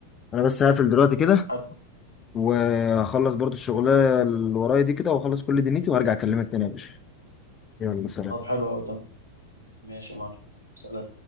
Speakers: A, on the left; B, on the right.
A: أنا بس هقفل دلوقتي كده
B: حلو
A: وهخلص برضه الشغلانة اللي ورايا دي كده وأخلص كل دنيتي وهرجع أكلمك تاني يا باشا يلا سلام
B: طب حلو أوي تمام ماشي يا معلم سلام